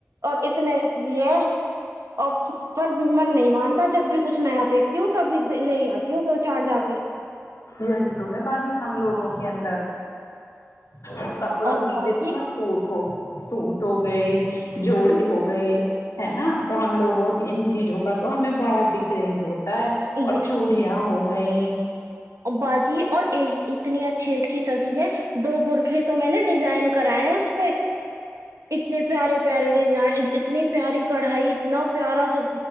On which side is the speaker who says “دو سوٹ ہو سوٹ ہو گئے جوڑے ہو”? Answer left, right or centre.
Left